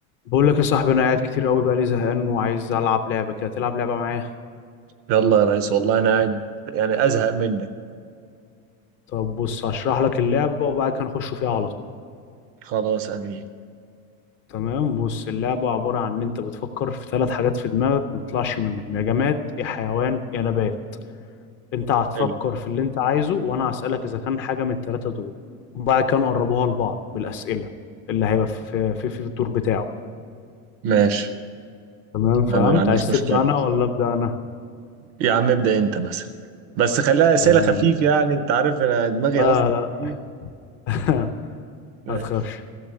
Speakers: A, on the left; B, on the right.
A: بقول لك يا صاحبي انا قاعد كتير قوي بقى لي زهقان وعايز العب لعبه كده تلعب لعبه معايا
B: يلا يا ريس والله انا قاعد يعني ازهق منك
A: طب بص هشرح لك اللعبه وبعد كده نخش فيها على طول
B: خلاص امين
A: تمام بص اللعبه عباره عن ان انت بتفكر في ثلاث حاجات في دماغك وما بتطلعش منهم يا جماد يا حيوان يا نبات انت هتفكر
B: حلو
A: في اللي انت عايزه وانا هسالك اذا كان حاجه من الثلاثه دول وبعد كده نقربوها لبعض بالاسئله اللي هيبقى في في في, في الدور بتاعه
B: ماشي
A: تمام
B: ما
A: فهمت
B: ما عنديش
A: عايز
B: مشكله
A: تبدا انا ولا ابدا انا
B: يا عم ابدا انت مثلا بس خليها اسئله
A: تمام
B: خفيف يعني انت عارف انا دماغي
A: لا
B: اصلا
A: لا
B: ايه
A: <laughs>
B: ماشي
A: ما تخافش